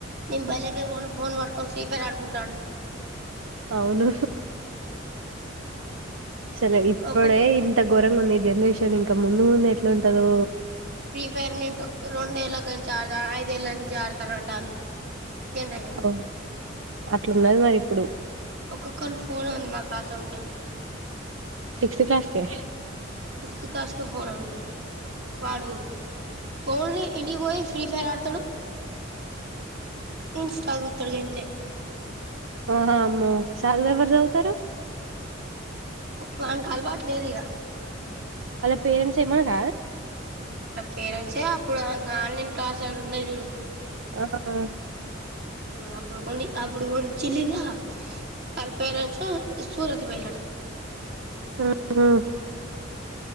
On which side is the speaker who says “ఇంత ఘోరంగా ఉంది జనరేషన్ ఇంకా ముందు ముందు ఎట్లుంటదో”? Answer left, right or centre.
Right